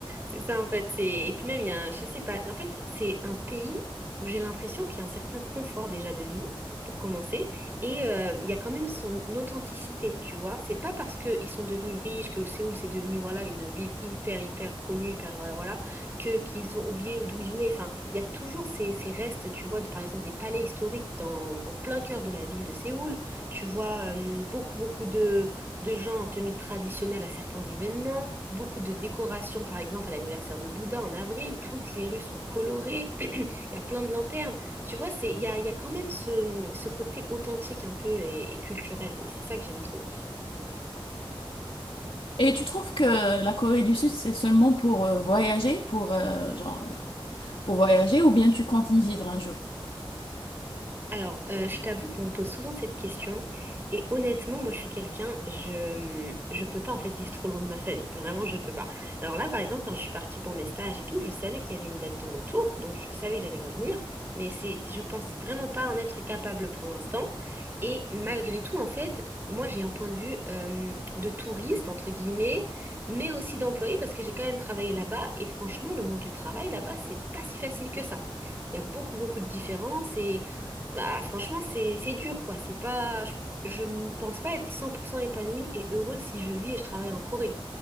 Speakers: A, on the right (about 25°); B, on the left (about 65°).
A: C'est ça en fait, c'est et puis même il y a un... je sais pas, en fait, c'est un pays où j'ai l'impression qu'il y a un certain confort déjà de vie pour commencer et euh, il y a quand même son authenticité, tu vois. C'est pas parce qu'ils sont devenus riches que Séoul c'est devenu voilà une ville hyper hyper connue, hyper euh, voilà, que qu'ils ont oublié d'où ils venaient. Enfin, il y a toujours ces, ces restes, tu vois, de, par exemple des palais historiques dans en plein cœur de la ville de Séoul. Tu vois euh, beaucoup beaucoup de de gens en tenue traditionnelle à certains événements beaucoup de décorations, par exemple à l'anniversaire de Bouddha en avril, toutes les rues sont colorées, <clears throat> il y a plein de lanternes. Tu vois, c'est, il y a, il y a quand même ce, ce côté authentique un peu et, et culturel, et c'est ça que j'aime trop.
B: Et tu trouves que la Corée du Sud, c'est seulement pour euh, voyager, pour euh, genre euh, pour voyager, ou bien tu comptes y vivre un jour?
A: Alors, euh, je t'avoue qu'on me pose souvent cette question. Et honnêtement, moi, je suis quelqu'un, je je peux pas en fait vivre trop loin de ma famille. Vraiment, je peux pas. Alors là, par exemple, quand je suis partie pour mes stages et tout, je savais qu'il y avait une date de retour, donc je savais que j'allais revenir. Mais c'est, je pense vraiment pas en être capable pour l'instant. Et malgré tout, en fait, moi, j'ai un point de vue euh, de touriste entre guillemets, mais aussi d'employé parce que j'ai quand même travaillé là-bas. Et franchement, le monde du travail là-bas, c'est pas si facile que ça. Il y a beaucoup, beaucoup de différences et bah, franchement, c'est c'est dur, quoi. C'est pas, je, je ne pense pas être 100% épanouie et heureuse si je vis et je travaille en Corée.